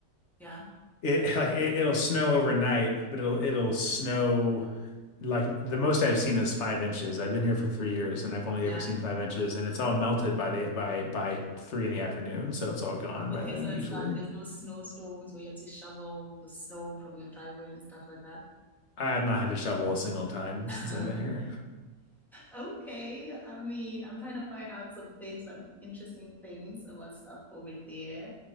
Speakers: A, in the centre; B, on the left.
A: Yeah.
B: It <laughs> like it, it'll snow overnight, but it'll it'll snow like the most I've seen is five inches. I've been here for three years and I've only
A: Yeah.
B: ever seen five inches, and it's all melted by the by by three in the afternoon, so it's all gone
A: Okay,
B: by then
A: so it's
B: usually.
A: not there's no snowstorms where you have to shovel the snow from your driveway and stuff like that.
B: I have not had to shovel a single time
A: <laughs>
B: since I've been here.
A: okay. I mean, I'm trying to find out some things, some interesting things about stuff over there.